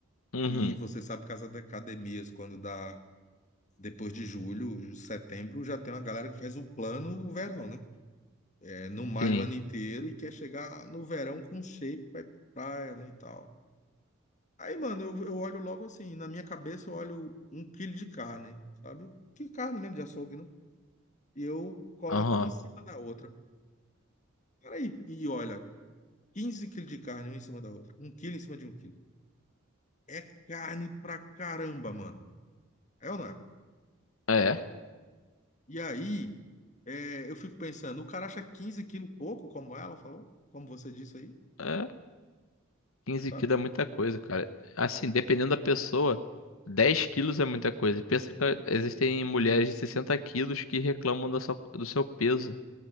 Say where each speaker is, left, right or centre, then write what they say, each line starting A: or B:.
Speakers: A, on the left; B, on the left.
A: Uhum,
B: Que você sabe que as academias, quando dá depois de julho, setembro, já tem uma galera que faz o plano o verão, né? É, não malha
A: sim.
B: o ano inteiro e quer chegar no verão com shape, vai pra praia, né, e tal. Aí, mano, eu, eu olho logo assim, na minha cabeça eu olho um quilo de carne, sabe? Que carne mesmo de açougue, né? E eu coloco
A: Aham.
B: uma em cima da outra. Peraí, e olha, 15 quilos de carne uma em cima da outra, um quilo em cima de um quilo. É carne pra caramba, mano. É ou não é?
A: É,
B: E aí, é, eu fico pensando, o cara acha 15 quilos pouco, como ela falou, como você disse aí,
A: é, 15
B: sabe?
A: quilos é muita coisa, cara. Assim, dependendo da pessoa, 10 quilos é muita coisa. Pensa que existem mulheres de 60 quilos que reclamam da sua- do seu peso.